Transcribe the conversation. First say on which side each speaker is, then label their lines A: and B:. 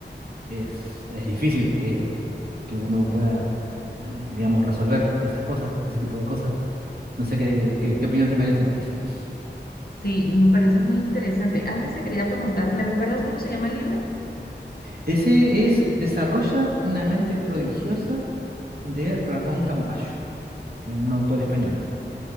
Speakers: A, on the right; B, on the left.
A: es, es difícil que, que uno pueda, eh, digamos, resolver esas cosas, ese tipo de cosas. No sé qué, qué qué opinión te merece. <laughs>
B: Sí, me parece muy interesante. Antes te quería preguntar, ¿me recuerdas cómo se llama el libro?
A: Ese es Desarrolla una mente prodigiosa de Ramón Campayo, eh, un autor español.